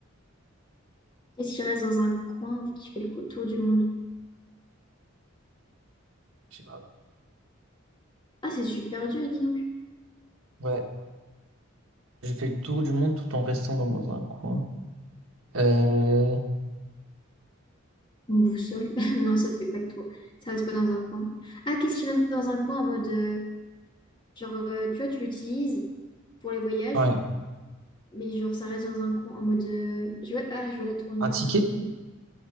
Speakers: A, on the left; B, on the right.
A: Qu'est-ce qui reste dans un coin qui fait le cou- tour du monde?
B: Je sais pas.
A: Ah, c'est super dur, dis donc.
B: Ouais. J'ai fait le tour du monde tout en restant dans, dans un coin. Euh,
A: Une boussole? <laughs> Non, ça fait pas de tour. Ça reste pas dans un coin. Ah, qu'est-ce qui reste dans un coin en mode. euh, genre, euh, tu vois, tu l'utilises pour les voyages,
B: ouais,
A: mais genre, ça reste dans un coin en mode. euh, je vois, ah, je vois la tournure
B: un ticket?
A: un peu.